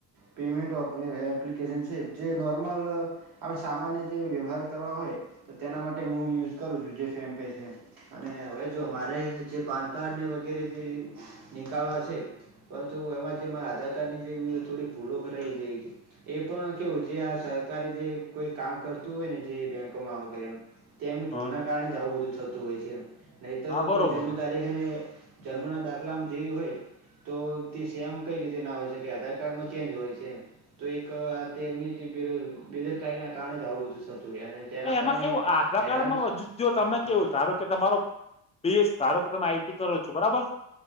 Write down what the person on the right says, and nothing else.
પેમેન્ટ એપ્લિકેશન છે જે નોર્મલ આપ સામાન્ય જે વ્યવહાર કરવા હોય તો તેના માટે હું યુઝ કરું છું જે ફેમ પે છે. અને હવે જો મામારે જે પાન કાર્ડ ને વગેરે જે નીકળવા છે. પરંતુ એમાં જે મારા આધાર કાર્ડની જે થોડી ભૂલો કરાઈ જાય છે. એ પણ કેવું જે આ સરકારે જે કોઈ કામ કરતું હોય ને જે બેંકોમાં વગેરે તે એમની ભૂલ
ના કારણે જ આવું બધું થતું હોય છે નહીતર
કોઈ જન્મ તારી હેને જન્મના દાખલામાં જેવી હોય તો તે સેમ કઈ રીતે ના હોય છે કે આધાર કાર્ડમાં ચેન્જ હોય છેમ તો એક તેમની જે બેદરકારીના કારણે જ આવું બધું થતું હોય અને તેના કારણે
હેરાન
જ-
હા